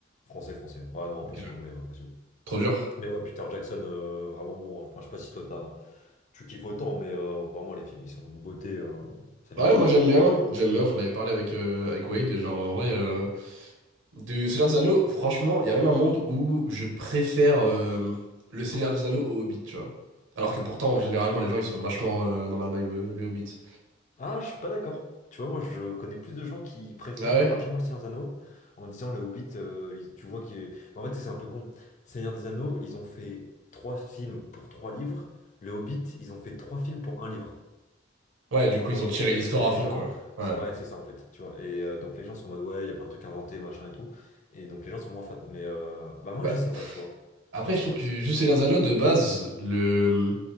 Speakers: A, on the left (about 40°); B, on the right (about 70°).
A: Français, français. ouais non, impossible
B: Ok.
A: anglais, hein, impossible.
B: Trop dur.
A: Mais ouais, Peter Jackson, euh, vraiment bon. hein. Enfin, je sais pas si toi t'as... tu kiffes autant, mais euh, vraiment, les films, ils sont de beauté. euh, Ça
B: Ouais,
A: vieillit
B: moi
A: pas,
B: j'aime
A: quoi.
B: bien, j'aime bien, j'en avais parlé avec, euh, avec Wade, et genre en vrai, euh, du Seigneur des Anneaux, franchement, il y a même un monde où je préfère euh, le Seigneur des Anneaux au Hobbit, tu vois. Alors que pourtant,
A: Ouais.
B: généralement, les gens ils sont vachement euh, dans la vibe, euh, le Hobbit.
A: Ah, je suis pas d'accord. Tu vois, moi, je connais plus de gens qui préfèrent
B: Ah ouais?
A: largement Le Seigneur des Anneaux en disant Le Hobbit, euh, il- tu vois, qui est. En fait, c'est un peu con. Seigneur des Anneaux, ils ont fait trois films pour trois livres. Le Hobbit, ils ont fait trois films pour un livre.
B: Ouais, du coup,
A: Tu
B: ils
A: vois,
B: ont
A: donc
B: tiré
A: en fait,
B: l'histoire
A: que les
B: à fond,
A: gens.
B: quoi. Ouais.
A: Ouais, c'est ça en fait, tu vois. Et euh, donc les gens sont en mode, ouais, il y a plein de trucs inventés, machin et tout. Et donc les gens sont moins fans. Mais euh, bah moi,
B: Bah,
A: je sais pas, tu vois.
B: après,
A: Je sais
B: je trouve
A: pas
B: que
A: ce que
B: juste
A: je préfère.
B: les Anneaux, de base, le...